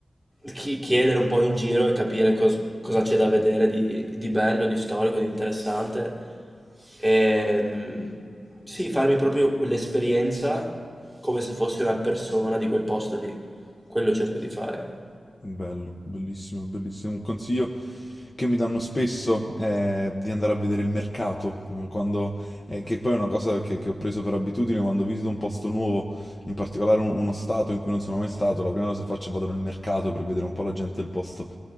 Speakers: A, in the centre; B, on the left.
A: chi- chiedere un po' in giro e capire cos- cosa c'è da vedere di, di bello, di storico, di interessante. Ehm, sì, farmi proprio l'esperienza come se fossi una persona di quel posto lì. Quello cerco di fare.
B: Bello, bellissimo, bellissimo. Un consiglio che mi danno spesso è di andare a vedere il mercato, eh, quando, eh, che poi è una cosa che, che ho preso per abitudine quando visito un posto nuovo, in particolare un- uno stato in cui non sono mai stato, la prima cosa che faccio è vado nel mercato per vedere un po' la gente del posto